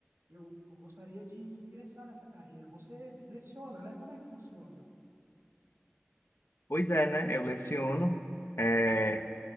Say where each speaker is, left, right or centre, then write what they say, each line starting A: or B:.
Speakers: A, on the right (about 75°); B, on the left (about 75°).
A: eu, eu gostaria de ingressar nessa carreira. Você leciona, né? Como é que funciona?
B: Pois é, né? Eu leciono. é,